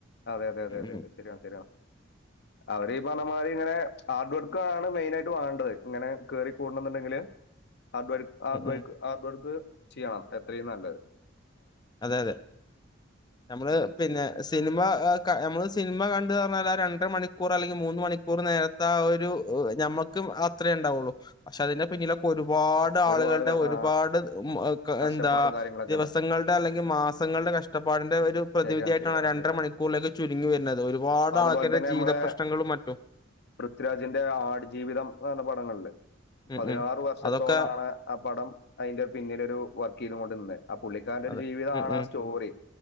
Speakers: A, on the left (about 60°); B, on the left (about 20°).
A: അതെ അതെ അതെ
B: ഉം
A: അതെ
B: ഉം
A: അതെ ശരിയ ശരി അവര്ീഈ പറഞ്ഞമാതിരി ഇങ്ങനെ ഹാർഡ് വർക്ക ആണ് മെയിന ആയിട്ട് വേണ്ടത് ഇങ്ങനെ കേറി കൂടണ എന്നുണ്ടെങ്കില് ആ
B: ഉം
A: ആക്ക്
B: ഉം
A: ആറ്ർക്ക് എത്രയും നല്ലത്
B: അതെ അതെ നമ്മള് പിന്നെ സിനിമ നമ്മള് സിനിമ കണ്ട പറാൽ ആ രണ്ട മണിക്കൂർ അല്ലെങ്കിൽ മൂന്ന് മണിക്കൂർ നേരത്തെ ആ ഒരു ഞമ്മുക്ക് അത്രേ ഉണ്ടാവുള്ളൂ പക്ഷെ അതിന്റെ പിന്നിലെ കൊ ഒരുപാട്
A: ഒരുപാട്
B: ആളുകളുടെ
A: ക-
B: ഒരുപാട്
A: ആ, കഷ്ടപ്പാടും
B: എന്താ
A: കാര്യങ്ങളൊക്കെയാണ്
B: ദിവസങ്ങളുടെ അല്ലെങ്കിൽ മാസങ്ങളുടെ കഷ്ടപ്പാടിന്റെ ഒരു പ്രതിവിധിയായിട്ടാണ്
A: ശരിയാണ് ശരിയാണ്
B: രണ്ടര
A: ശരിയാണ്
B: മണിക്കൂറിലേക്ക് ചുരുങ്ങി വരുന്നത് ഒരു ഒരുപാട്
A: അപ്പൊ അതുപോലെ
B: ആൾക്കാരുടെ
A: തന്നെ
B: ജീവിത
A: നമ്മളെ
B: പ്ര്രശ്നങ്ങളും മറ്റും
A: പൃഥ്വിരാജിന്റെ ആടുജീവിതം എന്ന പടങ്ങളല്ലേ
B: ഉം
A: പതിനാറ്
B: ഉം
A: വർഷത്തോളാണ്
B: അതൊക്കെ
A: ആ പടം അതിന്റെ പിന്നീട് ഒരു വർക്ക് ചെയ്ത കൊണ്ടിന്നുന്നത് ആ പുള്ളിക്കാരന്റെ ഒരു
B: അതെ
A: ജീവിത
B: ഉം
A: ആണ്
B: ഉം
A: ആ സ്റ്റോറി